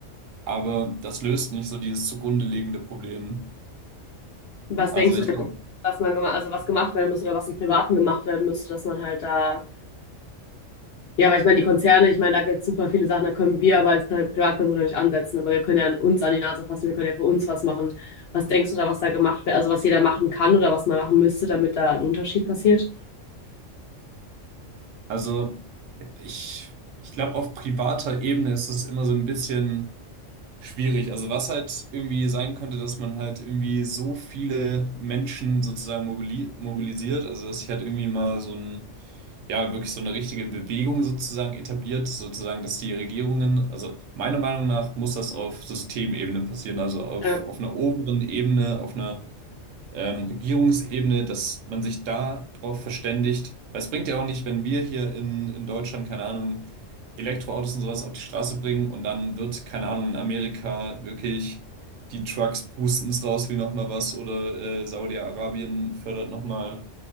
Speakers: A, on the right; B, on the left.
A: aber das löst nicht so dieses zugrunde liegende Problem.
B: Was
A: Also
B: denkst du
A: ich
B: denn,
A: glaube,
B: was man gemacht, also was gemacht werden müsste oder was im Privaten gemacht werden müsste, dass man halt da Ja, aber ich meine, die Konzerne, ich meine, da gibt es super viele Sachen, da können wir aber als Pri- Privatperson ja nicht ansetzen, aber wir können ja an uns an die Nase fassen, wir können ja für uns was machen. Was denkst du da, was da gemacht wird, also was jeder machen kann oder was man machen müsste, damit da ein Unterschied passiert?
A: Also ich, ich glaube, auf privater Ebene ist es immer so ein bisschen schwierig. Also was halt irgendwie sein könnte, dass man halt irgendwie so viele Menschen sozusagen mobili mobilisiert, also dass sich halt irgendwie mal so ein, ja, wirklich so eine richtige Bewegung sozusagen etabliert, sozusagen, dass die Regierungen, also meiner Meinung nach muss das auf Systemebene passieren, also auf,
B: Ja.
A: auf einer oberen Ebene, auf einer ähm, Regierungsebene, dass man sich da drauf verständigt. Weil es bringt ja auch nicht, wenn wir hier in, in Deutschland, keine Ahnung, Elektroautos und sowas auf die Straße bringen und dann wird, keine Ahnung, in Amerika wirklich die Trucks pusten's raus wie nochmal was oder äh, Saudi-Arabien fördert nochmal,